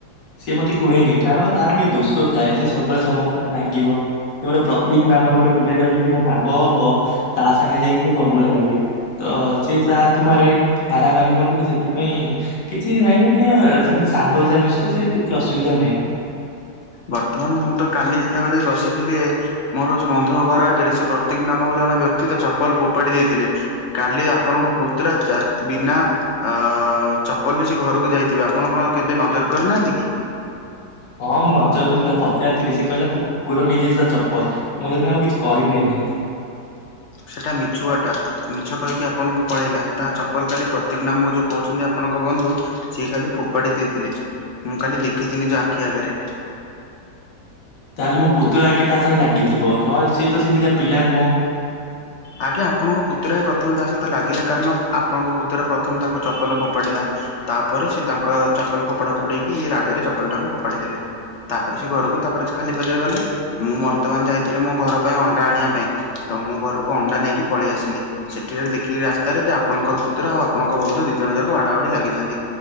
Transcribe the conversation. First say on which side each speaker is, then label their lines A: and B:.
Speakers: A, on the left (about 80°); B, on the left (about 55°).
A: ସିଏ ମୋତେ କୁହେନି କାରଣ ତାର ଟିକେ ଦୋଷ ଥାଏ ସେ ସବୁବେଳେ ସମସ୍ତଙ୍କ ସାଙ୍ଗରେ ଲାଗିବ। ସେ ଗୋଟେ ପ୍ରତୀକ ନାମର ଗୋଟେ ପିଲାଟେ ଅଛି ସେ ମୋ ସାଙ୍ଗ ହବ ତା ସାଙ୍ଗେ ଯାଇକି ସେ ସବୁବଳେ ଲାଗେ। ତ ସିଏ ସା ଆକୁ ମାରେ ମାରାମାରି ହୁଅନ୍ତି ତ, ସେଥିପାଇଁ କିଛି ନାଇଁ ସେ ସେମିତି ସାଙ୍ଗ ହିସାବରେ ମିଶୁଚ ସେଇ ପୁ- କିଛି ଅସୁବିଧା ନାଇଁ।
B: ବର୍ତ୍ତମାନ ମୁଁ ତ କାଲି ଯେତେବେଳେ ବସିଥିଲେ ମୋର ବନ୍ଧୁଙ୍କ ଘର ଆଗେରେ ସେ ପ୍ରତୀକ ନାମକ ଜଣେ ବ୍ୟକ୍ତି ତା ଚପଲ ଫୋପାଡ଼ି ଦେଇଥିଲେ। କାଲି ଆପଣଙ୍କ ପୁତୁରା ଚା- ବିନା ଅ, ଚପଲରେ ସେ ଘରକୁ ଯାଇଥିବେ, ଆପଣ କଣ କେବେ ନଜର କରିନାହାନ୍ତି କି?
A: ହଁ ମୁଁ ନଜର କଲି ତାକୁ ପଚାରିଥିଲି ସେ କହିଲା କୁ- କୁକୁର ନେଇଯାଇଚଛି ତା ଚପଲ। ମୁଁ ସେଇଥିପାଇଁ ଆଉ କିଛି କହିଲିନି।
B: ସେଟା ମିଛୁଆଟା। ମିଛ କହିକି ଆପଣଙ୍କୁ ପଳେଇଲା, ତା ଚପଲ କାଲି ପ୍ରତୀକ ନାମକ ଯୋଉ କହୁଛନ୍ତି ଆପଣଙ୍କ ବନ୍ଧୁ ସିଏ କାଲି ଫୋପାଡି ଦେଇଥିଲେ, ମୁଁ କାଲି ଦେଖିଚି ନିଜ ଆଖି ଆଗରେ।
A: ତାହେଲେ ମୋ ପୁତୁରା ଆଗେ ତା ସାଙ୍ଗେ ଲାଗିଥିବ। ନହେଲେ ସିଏ ତ ସେମିତିଆ ପିଲା ନୁହଁ।
B: ଆଜ୍ଞା ଆପଣଙ୍କ ପୁତୁରା ପ୍ରଥମେ ତା ସହିତ ଲାଗିଲା, କାରଣ ଆପଣଙ୍କ ପୁତୁରା ପ୍ରଥମେ ତାକୁ ଚପଲ ଫୋପାଡ଼ିଲା। ତାପରେ ସିଏ ତାଙ୍କ ଚପଲ ଫୋପଡା ଫୋପଡି ହେଇକି ଇଏ ରାଗରେ ଚପଲ ଟାକୁ ଫୋପାଡ଼ି ଦେଲେ। ତାପରେ ସେ ଘରୁକୁ ତାପରେ ଖାଲି ପାଦରେ ଗଲେ। ମୁଁ ବର୍ତ୍ତମାନ ଯାଇଥିଲି ମୋ ଘର ପାଇଁ ଅଣ୍ଡା ଆଣିବା ପାଇଁ, ତ ମୁଁ ଘରୁକୁ ଅଣ୍ଡା ନେଇକି ପଳେଇ ଆସିଲି। ସେଠିକାରେ ଦେଖିଲି ରାସ୍ତାରେ ଯେ ଆପଣଙ୍କର ପୁତୁର ଆଉ ଆପଣଙ୍କ ବନ୍ଧୁ ଦିଇ ଜଣ ଯାକ ବାଡା ବାଡି ଲାଗିଚନ୍ତି।